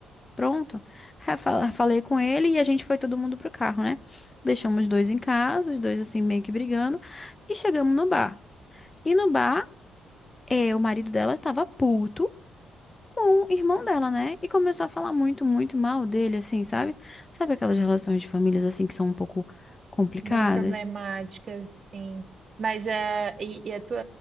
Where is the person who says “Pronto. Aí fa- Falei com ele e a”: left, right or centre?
Left